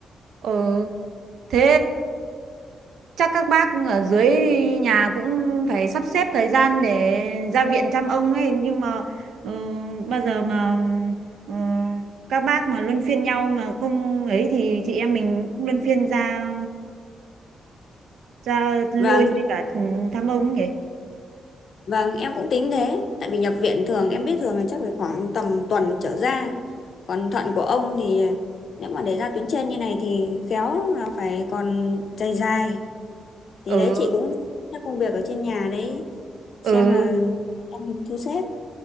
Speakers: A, on the right; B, on the left.
A: ờ thế chắc các bác ở dưới nhà cũng phải sắp xếp thời gian để ra viện chăm ông ấy nhưng mà ờ, bao giờ mà ờ, các bác mà luân phiên nhau mà không ấy thì chị em mình cũng luân phiên ra ra lui
B: Vâng,
A: với cả thăm ông ấy nhỉ
B: vâng, em cũng tính thế. Tại vì nhập viện thường em biết thường là chắc phải khoảng tầm tuần trở ra. Còn thận của ông thì nếu mà để ra tuyến trên như này thì khéo là phải còn dài dài. Thì
A: ừ
B: đấy chị cũng các công việc ở trên nhà đấy xem
A: ừ
B: là em thu xếp.